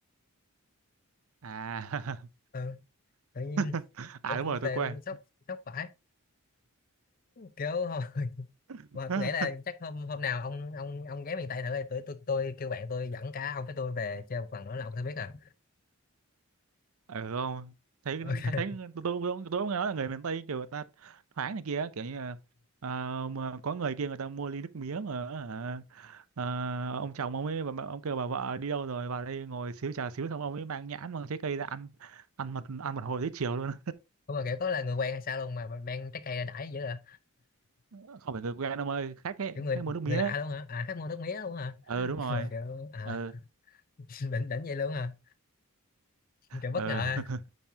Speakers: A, on the right; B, on the left.
A: à
B: ừ, tự nhiên
A: <laughs> à
B: kiểu
A: đúng
B: tôi
A: rồi tôi
B: về
A: quên
B: tôi sốc sốc phải kiểu <laughs> hồi-
A: <laughs>
B: mà tôi nghĩ là chắc hôm hôm nào ông ông ông ghé miền Tây thử đi. tôi tôi tôi kêu bạn tôi dẫn cả ông với tôi về chơi một lần nữa là ông sẽ biết à
A: ừ không thấy
B: ok <laughs>
A: thấy thấy tôi tôi tôi tôi cũng nói là người miền Tây kiểu người ta thoáng này kia kiểu như là ờ, mà có người kia người ta mua ly nước mía mà hả, ờ, ông chồng ông ấy bà, bà- ông kêu bà vợ đi đâu rồi vào đây ngồi xíu trà xíu xong ông ấy mang nhãn mang trái cây ra ăn ăn một ăn một hồi tới chiều luôn
B: không mà kiểu có là người quen hay sao luôn mà mang trái cây ra đãi dữ à
A: <laughs> không phải người quen ông ơi khách ấy
B: kiểu người
A: khách mua nước mía
B: người lạ
A: ấy
B: luôn hả à khách mua nước mía luôn hả
A: ừ
B: <laughs>
A: đúng rồi
B: mà kiểu à
A: ừ
B: <laughs> đỉnh đỉnh vậy luôn hả kiểu bất
A: ừ
B: ngờ ha.
A: <laughs>